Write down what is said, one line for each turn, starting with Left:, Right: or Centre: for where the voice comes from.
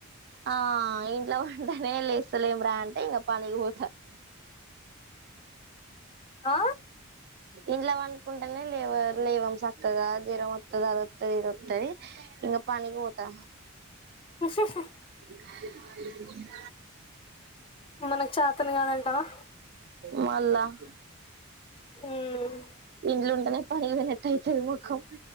Right: ఆ ఇంట్లో వంటనే లేస్తలేం రా అంటే ఇంకా పనిగిపోతా <inaudible>
Left: ఆ
Right: ఇంలా వండుకుంటేనే లేవ లేవ సక్కదా జీరం వస్తుంది అదొస్తుది ఇదిొస్తుది ఇంకా పనికి పోతా
Left: ఉహుహు
Right: హా <unintelligible>
Left: మనకు చాతన్ కాదంటావా
Right: మల్లా <inaudible>
Left: ఉమ్
Right: ఇల్లుం అ పని నెట్టయితే వి ముఖం